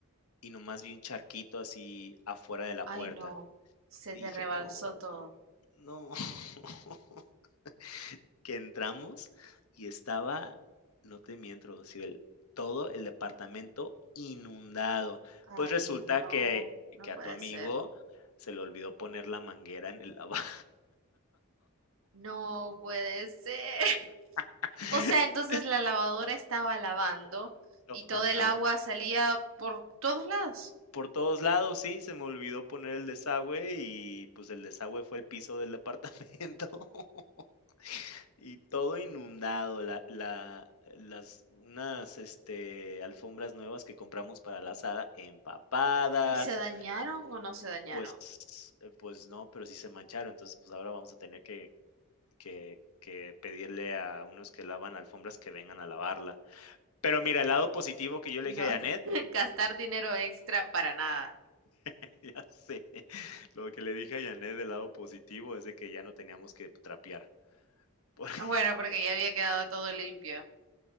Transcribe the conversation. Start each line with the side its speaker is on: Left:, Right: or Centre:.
Left: y nomás vi un charquito así afuera de la
Right: Ay,
Left: puerta.
Right: no, se
Left: Y
Right: te
Left: dije,
Right: rebalsó
Left: no,
Right: todo.
Left: no. <laughs> que entramos y estaba, no te miento, Rocibel, todo el departamento inundado.
Right: Ay,
Left: Pues resulta
Right: no,
Left: que
Right: no
Left: que
Right: puede
Left: a tu amigo
Right: ser.
Left: se le olvidó poner la manguera en el lavabo.
Right: No puede ser. <laughs>
Left: <laughs>
Right: O sea, entonces la lavadora estaba lavando
Left: Oh,
Right: y todo
Left: ajá.
Right: el agua salía por todos lados.
Left: Por todos lados, sí, se me olvidó poner el desagüe y, pues, el desagüe fue el piso del departamento. <laughs> Y todo inundado, la la las unas, este, alfombras nuevas que compramos para la asada empapadas,
Right: ¿Y se dañaron o no se dañaron?
Left: pues eh, pues no, pero sí se mancharon. Entonces, pues ahora vamos a tener que que que pedirle a unos que lavan alfombras que vengan a lavarla. Pero mira, el lado positivo que yo le dije
Right: No,
Left: a Janet,
Right: <laughs> gastar dinero extra para nada.
Left: <laughs> ya sé, lo que le dije a Janet del lado positivo es de que ya no teníamos que trapear. <laughs> Porque
Right: Ah, Bueno, porque ya había quedado todo limpio.